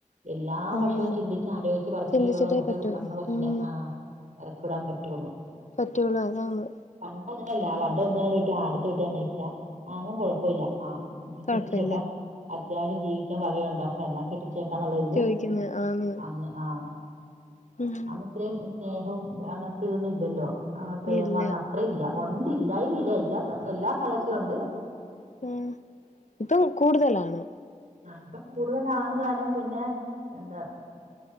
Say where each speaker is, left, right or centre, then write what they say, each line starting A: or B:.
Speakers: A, on the right; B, on the left.
A: എല്ലാ വഷവും
B: ആന്ന്
A: ചിന്തിച്ച ആലോയിച്ച് പറിക്കുയേയുള്ളൂ
B: ചിന്തിച്ചിട്ടേ
A: നമുക്ക്
B: പറ്റൂ
A: നമ്മുടെ കൊച്ചിനെ
B: ഉം
A: ആ എറക്ക് വിടാൻ പറ്റുള്ളൂ.
B: പറ്റുള്ളൂ അതാണ്.
A: പണ്ട് അങ്ങനെയല്ല പണ്ട് ഒന്ന് രണ്ടോ ആദ്യത്തെ വീട്ടിൽ അന്വേഷിച്ചാ ആവും കൊഴപ്പല്ല ആ
B: കൊഴപ്പല്ല
A: ഇടിച്ക്കാൻ അത്യാവശ്യം ജീവിക്കാൻ വകയുണ്ടോ യെന്ന <unintelligible> ചെക്കാൻ നല്ല ഒരിത്
B: ചോദിക്കുന്ന് ആന്ന്
A: അന്ന് ആ
B: ഉം
A: അന്ന്ത്രേം സ്നേഹവും അങ്ങൻത്തെ ഇതൊന്നും ഇല്ലല്ലോ ആ പ്രേമന്നു
B: ഇല്ല
A: അത്രല്ല ഉണ്ട്ല്ലായില്ല എല്ലാ എല്ലാ കലർസുംണ്ട്
B: <unintelligible> ഇത് കൂടുതലാണ്
A: ആ ഇപ്പ കൂടുതലാണ്താനും പിന്നെ എന്താ